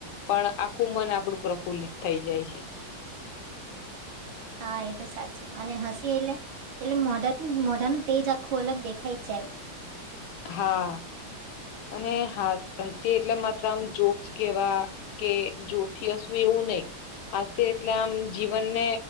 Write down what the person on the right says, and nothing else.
હા, એ તો સાચું અને હસી એટલે એટલે મોઢા, મોઢાનનું તેજ આખું અલગ દેખાય જાય